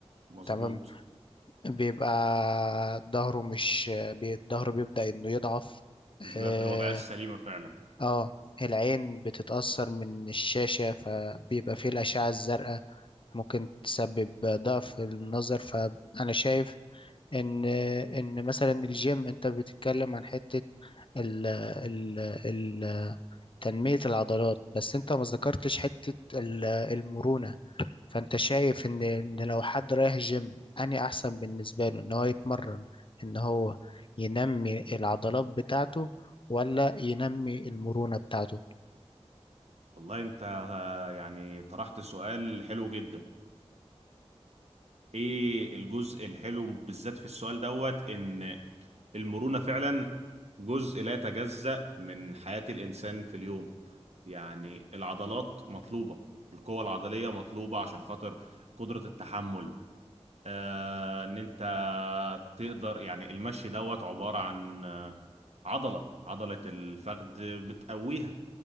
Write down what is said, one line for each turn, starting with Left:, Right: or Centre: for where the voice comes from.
Right: مظبوط
Left: تمام بيبقى ظهره مش بي- ظهره بيبدأ إنه يضعف
Right: مش بيبقى
Left: اه
Right: في الوضعية السليمة فعلا
Left: آه، العين بتتأثر من الشاشة فبيبقى فيه الأشعة الزرقاء ممكن تسبب ضعف النظر ف انا شايف ان ان مثلا الجيم انت بتتكلم عن حتة ال ال ال تنمية العضلات بس انت ما ذكرتش حتة ال- المرونة فانت شايف ان ان لو حد رايح جيم اني احسن بالنسبة له ان هو يتمرن ان هو ينمي العضلات بتاعته ولا ينمي المرونة بتاعته
Right: والله أنت آه، يعني طرحت سؤال حلو جدا إيه الجزء الحلو بالذات في السؤال دوت إن المرونة فعلا جزء لا يتجزأ من حياة الإنسان في اليوم يعني العضلات مطلوبة القوة العضلية مطلوبة عشان خاطر قدرة التحمل آه، ان انت تقدر يعني المشي دوت عبارة عن آه، عضلة عضلة الفخذ بتقويها